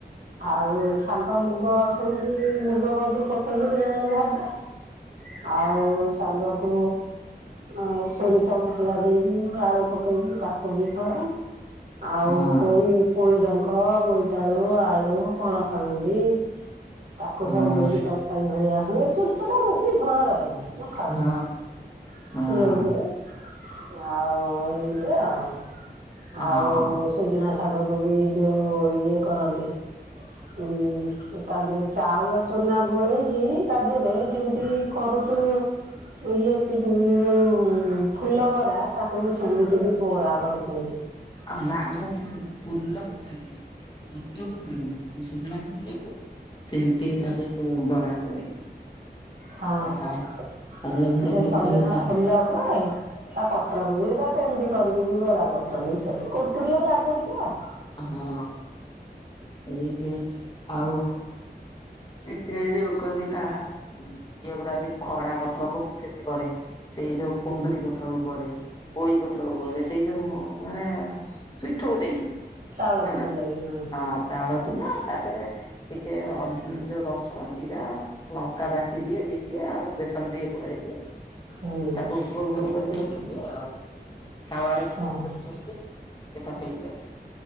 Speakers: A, on the right (about 60°); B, on the left (about 25°).
A: ଆଉ ଶାଗ ମୁଗ ସେମିତି ମୁଗ ବି ପକେଇକି ବେଳେ ବେଳେ ଭାଜେ। ଆଉ ସାଗକୁ ଆଉ ସୋରିଷ ମସଲା ଦେଇକି ଆଳୁ ପକେଇକି ତାକୁ ବି କରେ। ଆଉ
B: ହଁ
A: ପୋଇ ପୋଇଡଙ୍କ ବୋଇତାଳୁ ଆଳୁ ପଣସ ମଞ୍ଜି ତାକୁ
B: ହଁ
A: ସବୁ ଦେଇକି ତରକାରୀ ଭଳିଆ ହୁଏ। <unintelligible> ବେଶୀ ଝୋଳ ରହେନି। ମୁଁ ଖାଉଚି
B: ହଁ ହଁ।
A: ସିଏ ହୁଏ। ଆଉ ଏମତି ଆଉ
B: ହଁ
A: ଆଉ ସୁଜୁନା ଶାଗ କୋବି ଯୋଉ ଇଏ କରନ୍ତି। ହୁଁ ତା ଦେହରେ ଚାଉଳ ଚୁନା ଗୋଳେଇକି ତା ଦେହରେ ଯେମିତି କରୁଛୁ ଇଏ ଯୋଉ ଫୁଲ ବରା ତାକୁ ବି ସେମିତି ବି ବରା କରୁଚନ୍ତି।
B: ଅ ନା ମୁଁ ଫୁଲ୍ ଫୁଲ କୁ କହି ଦେବି। ପତ୍ରକୁ କରନ୍ତି। ଏ ସଜନା ଫୁଲକୁ ସେମିତି ତାକୁ କୁ ବରା କରେ।
A: ହଁ
B: ଚା ଚାଉଳ ଗୁଣ୍ଡ
A: ସେ
B: କିଛି
A: ସଜନା
B: ଚା
A: ଫୁଲ ହୁଏ। ତା ପତ୍ରକୁ ହୁଏ। ତ ସେମିତି କରିକି ବି ବରା କରୁଛନ୍ତି। ସେ କୁକୁଡିଆ ଲାଗେ ଟିକେ।
B: ହଁ। ଏଇ ସେଇ ଆଉ ଯୋଉ କହନ୍ତି ତା ଇଏ ଗୁଡା ବି ଖଡା ପଥରକୁ ମୁଁ ସେମିତି କରେ। ସେଇ ଯୋଉ କୁନ୍ଦୁରି ପତ୍ରକୁ କରେ। ପୋଇ ପତ୍ରକୁ କରେ। ସେଇ ଯୋଉ ମାନେ ପିଠଉ ଦେଇକି।
A: ଚାଉଳ
B: ହେଲା
A: ଚୂନା ଦେଇକି ହଁ।
B: ଚାଉଳ ଚୁନା ତା ତିରେ ଟିକେ ଯୋଉ ରସୁଣ ଜିରା। ଲଙ୍କା ବାଟି ଦିଏ। ଦେଇଦିଏ ଆଉ ବେସନ ଟିକେ ଗୋଳାଇ ଦିଏ।
A: ହୁଁ
B: ତାକୁ ଗୋଲ ଗୋଲ କରିକି ରଖିଦିଏ ଆଉ। ତାୱାରେ ଗୋଲ
A: ହଁ।
B: ଗୋଲ କରି ଥୋଇ ସେଟା ହେଇଯାଏ।